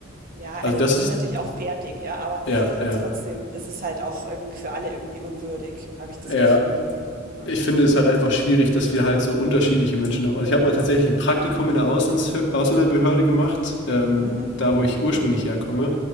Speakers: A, on the right; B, on the left.
A: ja,
B: Also
A: also
B: das
A: die sind
B: ist,
A: natürlich auch fertig, ja, aber
B: ja, ja,
A: Trotzdem, es ist halt auch irgendwie für alle irgendwie unwürdig, habe ich das
B: ja.
A: Gefühl. Ja.
B: Ich finde es halt einfach schwierig, dass wir halt so unterschiedliche Menschen haben. Also ich habe mal tatsächlich ein Praktikum in der Auslands Ausländerbehörde gemacht, ähm,
A: Mhm,
B: da wo ich ursprünglich
A: cool.
B: herkomme.